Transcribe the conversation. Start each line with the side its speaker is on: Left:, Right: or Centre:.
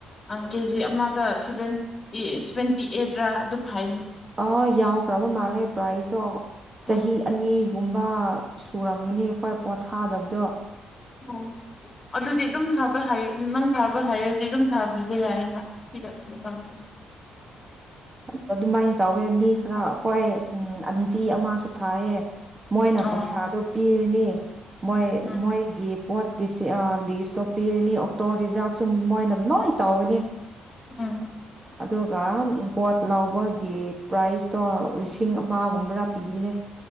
Left: ꯀꯦꯖꯤ ꯑꯃꯗ ꯁꯚꯦꯟꯇꯤ ꯁꯚꯦꯟꯇꯤ ꯑꯦꯠ ꯔꯥ ꯑꯗꯨꯝ ꯍꯥꯏꯒꯅꯤ
Right: ꯑ ꯌꯥꯎꯈ꯭ꯔꯕ ꯃꯥꯂꯦ ꯄ꯭ꯔꯥꯖꯗꯣ ꯆꯍꯤ
Left: ꯎꯝ
Right: ꯑꯅꯤ ꯒꯨꯝꯕ ꯁꯨꯔꯝꯒꯅꯤ ꯑꯩꯈꯣꯏ ꯄꯣꯊꯥꯗꯕꯗꯣ
Left: ꯑꯣ ꯑꯗꯨꯗꯤ ꯑꯗꯨꯝ ꯊꯥꯕ ꯅꯪ ꯊꯥꯕ ꯍꯩꯔꯗꯤ ꯑꯗꯨꯝ ꯊꯥꯕꯤꯕ ꯌꯥꯏꯌꯦꯅ ꯁꯤꯗ ꯑꯗꯨ ꯇꯥꯃꯤ
Right: ꯑ ꯑꯗꯨ ꯃꯥꯏ ꯇꯧꯋꯦ ꯃꯤ ꯈꯔ ꯑꯩꯈꯣꯏ ꯎꯝ ꯑꯟꯇꯤ ꯑꯃꯁꯨ ꯊꯥꯌꯦ ꯃꯣꯏꯅ
Left: ꯑꯣ
Right: ꯄꯩꯁꯥꯗꯨ ꯄꯤꯔꯅꯤ ꯃꯣꯏ
Left: ꯎꯝ
Right: ꯃꯣꯏ ꯒꯤ ꯄꯣꯠꯀꯤꯁꯤ ꯂꯤꯁꯇꯣ ꯄꯤꯔꯅꯤ ꯇꯣ ꯔꯤꯖꯥꯔꯕꯁꯨ ꯃꯣꯏꯅ ꯂꯣꯏ ꯇꯧꯒꯅꯤ
Left: ꯎꯝ
Right: ꯑꯗꯨꯒ ꯕꯣꯠ ꯂꯥꯎꯕꯒꯤ ꯄ꯭ꯔꯥꯏꯖꯇꯣ ꯂꯤꯁꯤꯡ ꯑꯃꯒꯨꯝꯕꯔꯥ ꯄꯤꯕꯅꯦ